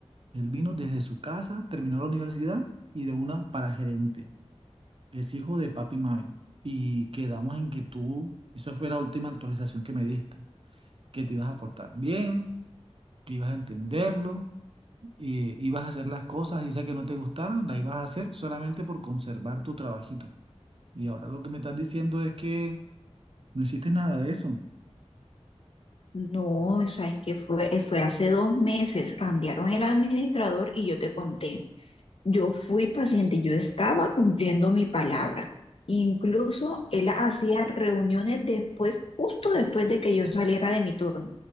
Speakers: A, on the right; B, on the left.
A: Él vino desde su casa, terminó la universidad y de una para gerente. Es hijo de papi y mami. Y quedamos en que tú, esa fue la última actualización que me diste, que te ibas a portar bien, que ibas a entenderlo, y ibas a hacer las cosas, y sea que no te gustaron, las ibas a hacer solamente por conservar tu trabajito. Y ahora lo que me estás diciendo es que no hiciste nada de eso.
B: No, o sea, es que fue, fue hace dos meses, cambiaron el administrador y yo te conté. Yo fui paciente, yo estaba cumpliendo mi palabra. Incluso él hacía reuniones después, justo después de que yo saliera de mi turno.